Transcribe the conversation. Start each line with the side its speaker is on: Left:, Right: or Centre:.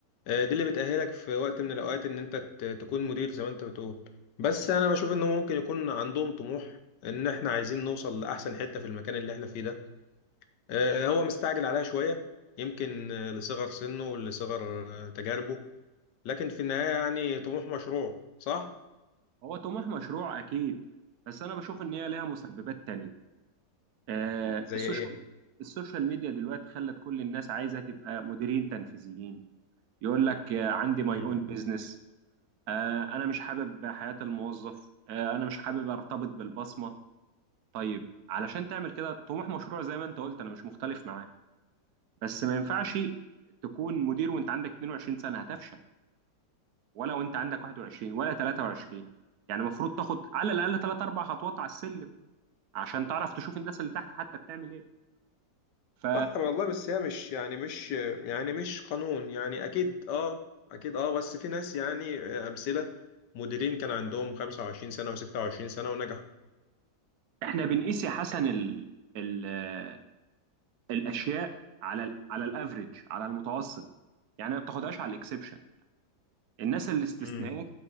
Left: آه، دي اللي بتأهلك في وقت من الاوقات ان انت ت- تكون مدير زي ما انت بتقول بس انا بشوف انه ممكن يكون عندهم طموح ان احنا عايزين نوصل لاحسن حتة في المكان اللي احنا فيه ده آه، هو مستعجل عليها شوية يمكن آه، لصغر سنه ولصغر آه، تجاربه لكن في النهاية يعني طموح مشروع صح؟
Right: هو طموح مشروع أكيد بس أنا بشوف إن هي لها مسببات تانية آه،
Left: زي
Right: السوشيال
Left: ايه؟
Right: السوشيال ميديا دلوقتي خلت كل الناس عايزه تبقى مديرين تنفيذيين يقول لك آه، عندي ماي
Left: مم.
Right: اون بزنس انا مش حابب حياه الموظف آه، انا مش حابب ارتبط بالبصمه طيب علشان تعمل كده طموح مشروع زي ما انت قلت انا مش مختلف معاه بس ما ينفعش تكون مدير وانت عندك 22 سنه هتفشل ولا وانت عندك 21 ولا 23 يعني المفروض تاخد على الاقل 3 4 خطوات على السلم عشان تعرف تشوف الناس اللي تحت حتى بتعمل ايه ف
Left: صح والله بس هي مش يعني مش يعني مش قانون يعني أكيد اه أكيد اه بس في ناس يعني آه، أمثلة مديرين كان عندهم 25 سنة و26 سنة ونجحوا
Right: احنا بنقيس يا حسن ال ال آه، الاشياء على ال على الافريج على المتوسط يعني ما بتاخدهاش على الاكسبشن الناس الاستثناءات
Left: مم.